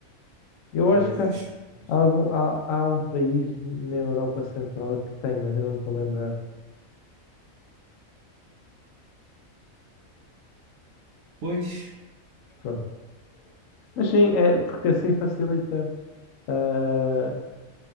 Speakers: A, on the left (about 75°); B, on the right (about 70°).
A: Eu
B: pois.
A: acho que há,
B: não sei.
A: algum, há, há um país na Europa Central que tem, mas eu não me estou a lembrar.
B: Pois,
A: Mas Pronto. Mas sim, é porque assim facilita ah,